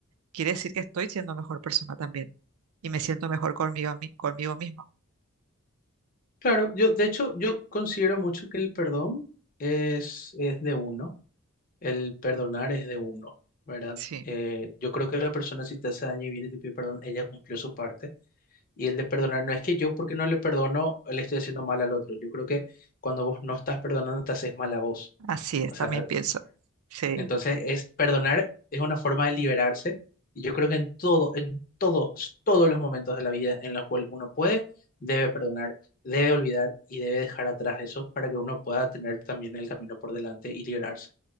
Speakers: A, on the right (about 85°); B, on the left (about 40°).
A: quiere decir que estoy siendo mejor persona también y me siento mejor conmigo, mi- conmigo mismo.
B: Claro, yo de hecho yo considero mucho que el perdón es, es de uno, el perdonar es de uno, ¿verdad?
A: Sí,
B: Eh, yo creo que la persona si te hace daño y viene y te pide perdón, ella cumplió su parte y el de perdonar no es que yo porque no le perdono le estoy haciendo mal al otro, yo creo que cuando vos no estás perdonando te haces mal a vos,
A: así es,
B: o sea,
A: también
B: a-
A: pienso. Sí.
B: Entonces, es perdonar es una forma de liberarse y yo creo que en todo, en todos, todos los momentos de la vida en los cuales uno puede, debe perdonar, debe olvidar y debe dejar atrás eso para que uno pueda tener también el camino por delante y liberarse.